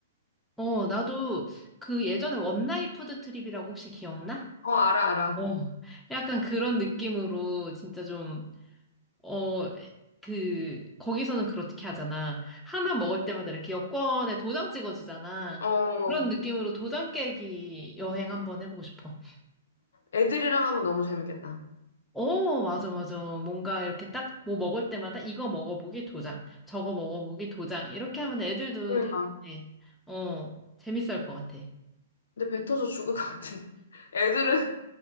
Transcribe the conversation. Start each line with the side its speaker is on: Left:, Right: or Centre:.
Centre: 어, 나도 그 예전에 원나잇 푸드 트립이라고 혹시 기억나?
Left: 어, 알아, 알아.
Centre: 어. 약간 그런 느낌으로 진짜 좀, 어, 그, 거기서는 그렇게 하잖아. 하나 먹을 때마다 이렇게 여권에 도장 찍어주잖아.
Left: 어.
Centre: 그런 느낌으로 도장 깨기 여행 한번 해보고 싶어.
Left: 애들이랑 하면 너무 재밌겠다.
Centre: 어, 맞아, 맞아. 뭔가 이렇게 딱 뭐 먹을 때마다 이거 먹어보기 도장, 저거 먹어보기 도장. 이렇게 하면 애들도
Left: 그러니까.
Centre: 되게, 어, 재밌을 것 같아.
Left: 근데 뱉어서 죽을 것 같은데. 애들은,